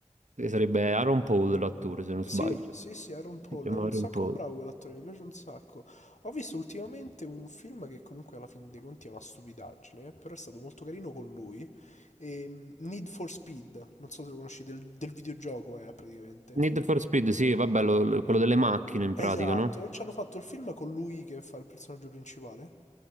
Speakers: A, on the right (about 80°); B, on the left (about 75°).
A: che sarebbe Aaron Paul l'attore, se non
B: Sì,
A: sbaglio.
B: sì, sì, Aaron Paul
A: Si chiama
B: è un
A: Aaron
B: sacco
A: Paul.
B: bravo quell'attore, mi piace un sacco. Ho visto ultimamente un film che comunque alla fine dei conti è una stupidaggine, però è stato molto carino con lui. ehm, Need for Speed, non so se lo conosci, del, del videogioco è praticamente.
A: Need for Speed, sì, vabbè, lo- quello delle macchine in
B: Esatto,
A: pratica, no?
B: ci hanno fatto il film con lui che fa il personaggio principale.